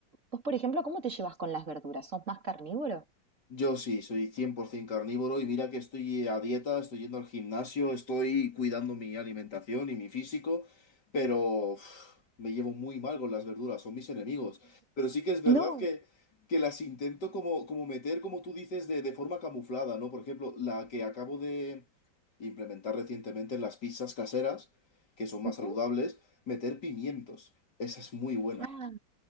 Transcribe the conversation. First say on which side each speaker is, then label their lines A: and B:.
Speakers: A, on the right (about 45°); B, on the left (about 70°).
A: Vos, por ejemplo, ¿cómo te llevas con las verduras? ¿Sos más carnívoro?
B: Yo sí, soy 100% carnívoro y mira que estoy a dieta, estoy yendo al gimnasio, estoy cuidando mi alimentación y mi físico, pero uf, me llevo muy mal con las verduras, son mis enemigos. Pero sí que es verdad
A: No.
B: que, que las intento como, como meter, como tú dices, de, de forma camuflada, ¿no? Por ejemplo, la que acabo de implementar recientemente en las pizzas caseras, que son más
A: Ujú.
B: saludables, meter pimientos. Esa es muy buena.
A: Ah,